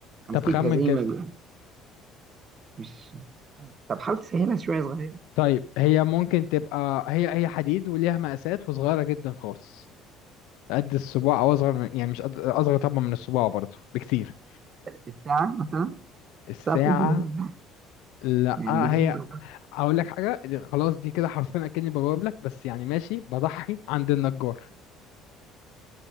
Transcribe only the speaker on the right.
امسكها
زي
ما بيقولوا مش طب حاول تسهلها شوية صغيرة
الساعة مثلا
الساعة بتمشي بالإصبع
يعني دي
لو بقى